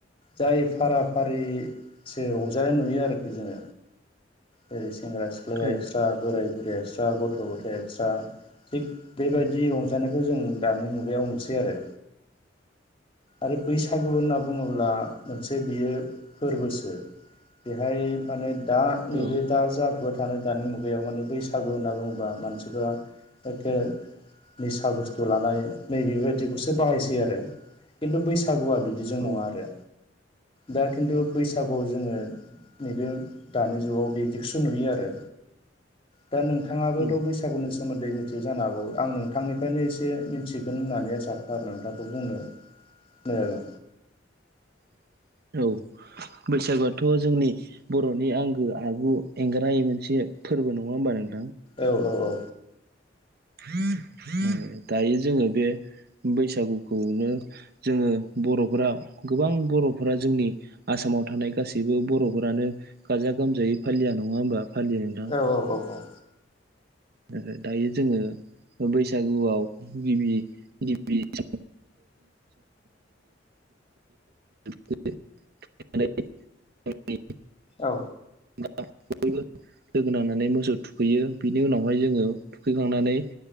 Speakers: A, on the left; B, on the right.
A: जाय फारा फारिसो रंजानाय नुयो आरो खि जोङो जेरै सेंग्रा सिख्लाया
B: औ
A: एक्स्रा बोराय बुरै एक्स्रा गथ' गथाय एक्स्रा थिग बेबायदि रंजानायखौ जों दानि मुगायाव नुसै आरो
B: <inaudible>
A: आरो बैसागु होनना बुङोब्ला मोनसे बियो फोरबोसो बेहाय माने दा
B: औ
A: नैबे दा जाफोर थानाय दानि मुगायाव माने बैसागु होनना बुङोबा मानसिफ्रा एखे निसा बुस्थु लानाय नैबेबायदिखौसो बाहायसै आरो खिन्थु बैसा गुवा बिदिजों
B: औ
A: नङा आरो दा खिन्थु बैसागुआव जोङो नैबे दानि जिउआव बिदिगसो नुयो आरो दा नोंथाङाबोथ'
B: औ
A: बैसागुनि सोमोन्दै मिथियो जानो हागौ आं नोंथांनिफ्रायनो एसे मिथिगोन होननानै आसा खार नोंथांखौ बुंनो <unintelligible>
B: <inaudible> औ बैसागुआथ' जोंनि बर'नि आंगो आगु एंग्राय मोनसे फोरबो नङा होमबा नों
A: औ औ औ
B: ओ दायो जोङो बे बैसागुखौनो जोङो बर'फोरा गोबां बर'फोरा जोंनि आसाम माव थानाय गासैबो बर'फोरानो गाजा गोमजायै फालिया नङा होमबा? फालियो नोंथां
A: औ औ औ औ।
B: ओ ओ दायो जोङो बैसागुआव गिबि गिबि <unintelligible> <unintelligible>
A: औ।
B: <unintelligible> लोगो नांनानै मोसौ थुखैयो बिनि उनावहाय जोङो थुखैखांनानै